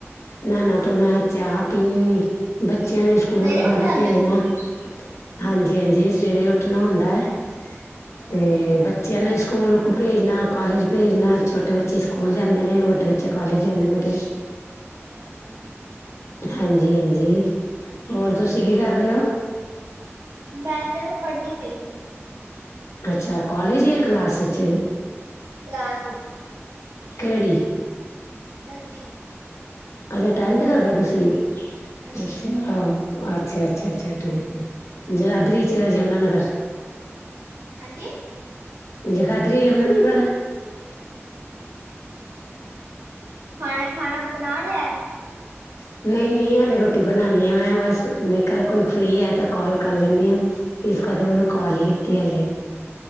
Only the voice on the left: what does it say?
ਨਾਣਾ ਧੋਣਾ ਚਾਹ ਪੀਣੀ ਬੱਚਿਆਂ ਨੇ ਸਕੂਲ
ਵਗੈਰਾ
ਭੇਜਣਾ
ਹਾਂਜੀ -ਹਾਂਜੀ ਸਵੇਰੇ ਉੱਠਣਾ ਹੁੰਦਾ ਐ,
ਤੇ
ਬੱਚਿਆਂ ਨੇ ਸਕੂਲ ਭੇਜਣਾ, ਕਾਲਜ ਭੇਜਣਾ ਛੋਟੇ ਬੱਚੇ ਸਕੂਲ ਜਾਂਦੇ ਨੇ ਵੱਡੇ ਬੱਚੇ ਕਾਲਜ ਜਾਂਦੇ ਮੇਰੇ
ਹਾਂਜੀ-ਹਾਂਜੀ, ਹੋਰ ਤੁਸੀਂ ਕੀ ਕਰ ਰਹੇ ਹੋ?
ਅੱਛਾ ਕੋਲਜ ਜਾਂ ਕਲਾਸ ਵਿਚ।
ਕੇਹੜੀ?
ਅੱਛਾ ਟੈਨਥ ਕਰਦੇ ਓ ਤੁਸੀਂ,
ਅੱਛਿਆ ਅੱਛਾ, ਅੱਛਾ, ਅੱਛਾ ਠੀਕ ਏ, ਜਗਾਦਰੀ ਚ ਯਮੁਨਾ ਨਗਰ
ਜਗਾਧਰੀ ਯਮੁਨਾਗਰ।
<inaudible> ਨਈ ਨਈ, ਹਲੇ ਰੋਟੀ ਬਣਾਣੀ ਐ ਮੈਂ ਬਸ ਮੈਂ ਕਿਹਾ ਕੋਈ ਫਰੀ ਐ ਤੇ ਕੋਲ ਕਰ ਲੈਣੀ ਆ। ਇਸ ਕਰਕੇ ਮੈਂ <unintelligible> ਕੋਲ ਹੀ ਕੀਤੀ ਹਲੇ।